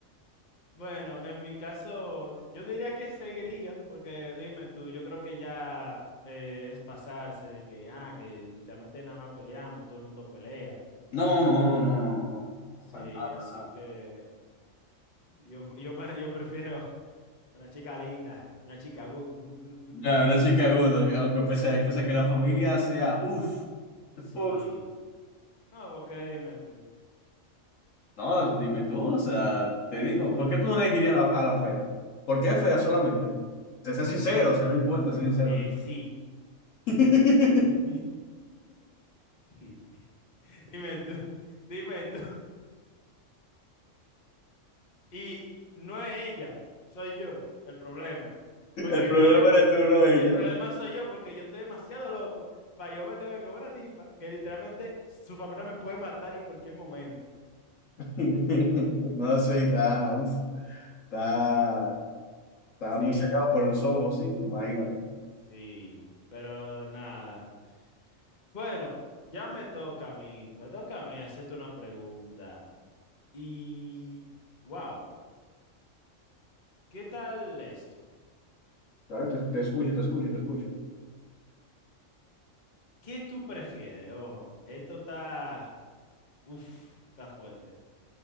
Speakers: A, on the left; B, on the left.
A: Bueno, en mi caso, yo diría que seguiría, porque dime tú, yo creo que ya eh, es pasarse de que, ah, que literalmente nada más peleamos, todo el mundo pelea.
B: No, no, no, no, no, no, no, no,
A: Sí,
B: para nada,
A: así
B: para nada.
A: que. Yo, yo, me- yo prefiero una chica linda, una chica good, good, good, good,
B: Ya,
A: good.
B: una chica aguda, aunque pese, pese a que la familia sea, uff,
A: Sí.
B: uff.
A: No, porque dime tú.
B: No, dime tú, o sea, te digo, ¿por qué tú no le dirías a la, a la fea? ¿Por qué fea solamente? Sé, sé sincero, o sea, no importa, sé sincero.
A: Eh, sí.
B: <laughs>
A: <laughs> Sí. Dime tú. Dime tú. Y no es ella, soy yo el problema. Porque
B: El problema
A: mira,
B: eres tú, no ella.
A: el problema soy yo porque yo estoy demasiado loco para yo meterme con una tipa que literalmente su familia me puede matar en cualquier momento.
B: <laughs> No, sí, está, uff, está, está
A: Sí.
B: muy sacado por los ojos, sí, imagínate.
A: Sí, pero nada. Bueno, ya me toca a mí, me toca a mí hacerte una pregunta. Y, wow, ¿qué tal esto?
B: ¿sabes? Te, te escucho, te escucho, te escucho.
A: ¿Qué tú prefieres? Ojo, esto está, uf, está fuerte.